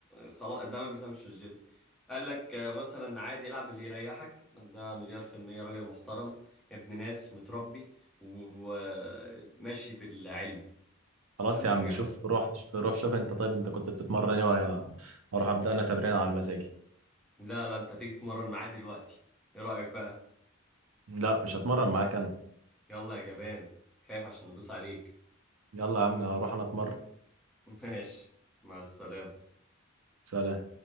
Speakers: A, in the centre; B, on the right (about 80°).
A: خلاص ده ما بيفهمش في الجيم قال لك آه، مثلا عادي العب اللي يريحك ده مليار في المية راجل محترم ابن ناس متربي وماشي بالعلم
B: خلاص
A: اهم
B: يا عم
A: حاجة العلم
B: شوف روح روح شوف انت طيب انت كنت بتتمرن ايه وأنا هروح ابدأ انا تمرين على مزاجي
A: لا لا انت هتيجي تتمرن معاه دلوقتي ايه رأيك بقى
B: لا مش هتمرن معاك انا
A: يلا يا جبان خايف عشان ندوس عليك
B: يلا يا عم هروح انا اتمرن
A: <laughs> ماشي مع السلامة
B: سلام